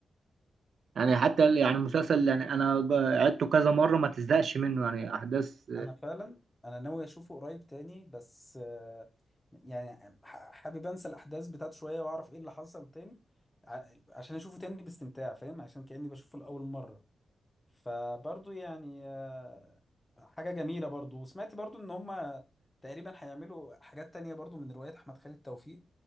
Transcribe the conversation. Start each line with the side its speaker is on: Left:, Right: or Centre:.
Right: يعني حتى
Left: كان
Right: يعني المسلسل يعني انا ج- عدته كذا مره ما تزهقش منه يعني احداث
Left: انا فعلا انا ناوي اشوفه قريب تاني بس آه، يعني ح- حابب انسى الاحداث بتاعته شويه واعرف ايه اللي حصل تاني ع- عشان اشوفه تاني باستمتاع فاهم عشان كاني بشوفه لاول مره فبرضو يعني آه، حاجه جميله برضو وسمعت برضو ان هم تقريبا هيعملوا حاجات تانية برضو من روايات احمد خالد توفيق